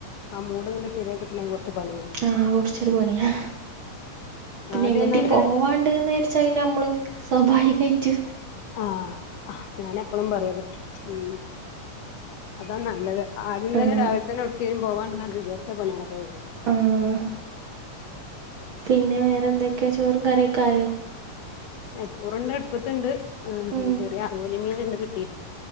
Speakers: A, on the left; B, on the right.
A: ആഹ് മൂട്ങ്ങട്സെരിയായി കിട്ടണെ കുറച്ച് പണിയാണ്
B: ആഹ് കുറച്ചൊരു പണിയാ പിന്നെ
A: ആദ്യം
B: എങ്ങിട്ട്
A: ഒന്നാണ്ട്
B: പോവാണ്ട്ന്ന് ക ചായിൻ ഞമ്മൾ സ്വാഭാവികമായിട്ട്
A: ആഹ് ഞാനെപ്പഴും പറയത് ഉം അതാ നല്ലത് ആദ്യം
B: ആഹ്
A: തന്നെ രാവിലെ തന്നെ ഉടുത്തും പോവാണ്ടെന്ന വിചാരിച്ച പണിയളൊക്ക കഴിഞ്ഞു.
B: ആഹ് പിന്നെ വേറെ ന്തൊക്കെയാ ചോറും കറിയൊക്കെ ആയോ
A: ച്ചോറണ്ട് അടുപ്പത്തിണ്ട്
B: ഉം
A: ചെറിയ അവോലി മീൻ കിട്ടി